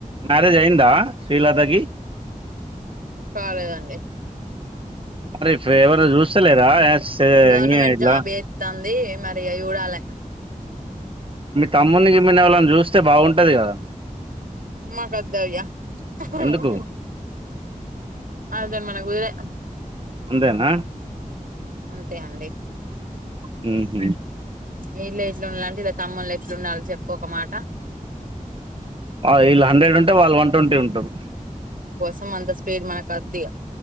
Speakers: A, on the right (about 40°); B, on the right (about 80°).
A: మ్యారేజ్ అయిందా శ్రీలతకి?
B: కాలేదండి.
A: మరి ఫ- ఎవరు చూస్తలేరా ఎస్
B: గవర్నమెంట్
A: ఇంగే ఇట్లా
B: జాబ్ చేస్తాంది మరి చూడాల.
A: తమ్మున్ని గిమ్ముణ్ణి ఎవ్లనన్న చూస్తే బాగుంటుంది కదా.
B: మాకొద్దయ్య ఉహు
A: ఎందుకు
B: ఉహు. అదేం మనకుదిరే
A: ఉందేనా
B: అంతే అండి.
A: హ్మ్
B: విలేజ్ లో ఉండాలంటే ఇలా తమ్ముళ్ళు ఎట్లు ఉండాలో చెప్పుఒకమాట.
A: వీళ్ళు హండ్రెడ్ ఉంటే వాళ్ళు వన్ ట్వంటీ ఉంటారు.
B: అమ్మ అంత స్పీడ్ మనకుకొద్దు ఇక.